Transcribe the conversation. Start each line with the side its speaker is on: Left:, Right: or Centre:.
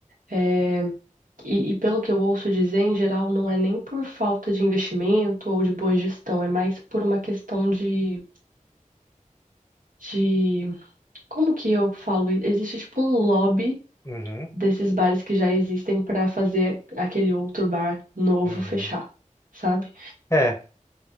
Right: eh, E, e pelo que eu ouço dizer, em geral, não é nem por falta de investimento ou de boa gestão, é mais por uma questão de, de... Como que eu falo? Existe tipo um lobby
Left: Uhum,
Right: desses bares que já existem para fazer aquele outro bar novo
Left: uhum.
Right: fechar, sabe?
Left: É,